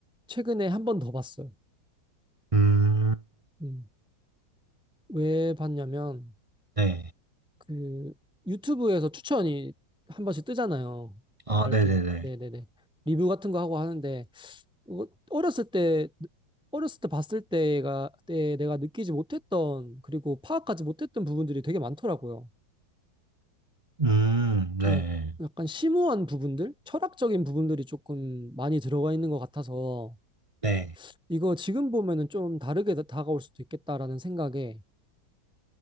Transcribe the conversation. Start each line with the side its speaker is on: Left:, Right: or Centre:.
Centre: 최근에 한 번 더 봤어요.
Right: 음,
Centre: 음. 왜 봤냐면
Right: 네.
Centre: 그 유튜브에서 추천이 한 번씩 뜨잖아요.
Right: 아,
Centre: 막 이렇게
Right: 네네네.
Centre: 네네네 리뷰 같은 거 하고 하는데 어- 어렸을 때 어렸을 때 봤을 때가 때 내가 느끼지 못했던 그리고 파악하지 못했던 부분들이 되게 많더라고요.
Right: 음, 네.
Centre: 예, 약간 심오한 부분들, 철학적인 부분들이 조금 많이 들어가 있는 것 같아서
Right: 네.
Centre: 이거 지금 보면은 좀 다르게 다- 다가올 수도 있겠다라는 생각에